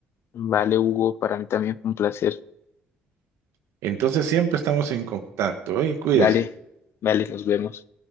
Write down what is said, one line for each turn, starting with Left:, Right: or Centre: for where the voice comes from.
Left: Vale, Hugo, para mí también fue un placer.
Right: Entonces, siempre estamos en contacto, ¿eh? Cuídese.
Left: Dale, dale, nos vemos.